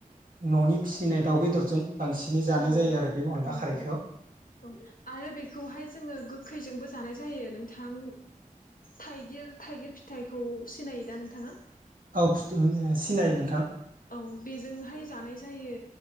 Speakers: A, on the right; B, on the left.
A: न'नि फिसिनाय दाउ बेदरजों बांसिनै जानाय
B: औ
A: जायो आरो बे अनला
B: नंगौ
A: खारैखौ
B: औ आरो बेखौहाय जोङो गोखैजोंबो जानाय। जायो नोंथां थाइगिर थाइगिर फिथाइखौ सिनायो दा नोंथाङा
A: औ फि सिनायो नों नोंथां
B: औ बेजोंहाय जानाय जायो